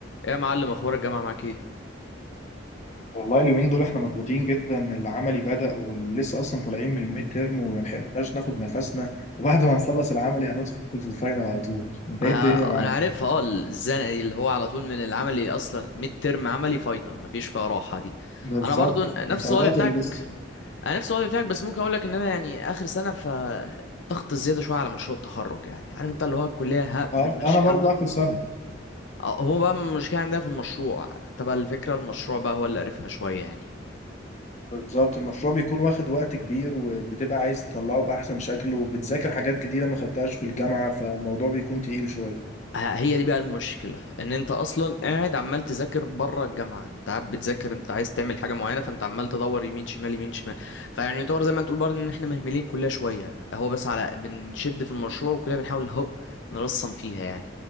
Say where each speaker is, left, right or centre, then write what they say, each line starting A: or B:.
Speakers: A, on the left; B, on the left.
A: ايه يا معلم اخبار الجامعه معاك ايه
B: والله اليومين دول احنا مضغوطين جدا العملي بدأ ولسه اصلا طالعين من الميد تيرم وما لحقناش ناخد نفسنا وبعد ما نخلص العملي هندخل في الفاينل على طول انت
A: انا
B: ايه الدنيا معاك
A: أنا عارفها اه الزنقه دي اللي هو على طول من العملي اصلا ميد ترم عملي فاينل مفيش فيها راحه دي
B: بالظبط
A: انا برضو نفس
B: انت بدأت
A: الوضع بتاعك
B: ولا لسه
A: انا نفس الوضع بتاعك بس ممكن اقول لك ان انا يعني اخر سنه ف ضغط زياده شويه على مشروع التخرج يعني عارف انت اللي هو الكليه ها
B: اه
A: بنمشي
B: انا برضه
A: حالنا
B: اخر سنة
A: آه، هو بقى المشكله عندنا في المشروع انت بقى الفكره المشروع بقى هو اللي قرفنا شويه يعني
B: بالظبط المشروع بيكون واخد وقت كبير وبتبقى عايز تطلعه بأحسن شكل وبتذاكر حاجات جديدة ما خدتهاش في الجامعة فالموضوع بيكون تقيل شوية
A: ه- هي دي بقى المشكلة ان انت اصلا قاعد عمال تذاكر بره الجامعة انت قاعد بتذاكر انت عايز تعمل حاجة معينة فانت عمال تدور يمين شمال يمين شمال فيعني يعتبر زي ما تقول برضه ان احنا مهملين الكلية شوية هو بس على بنشد في المشروع وكلنا بنحاول هو نرسم فيها يعني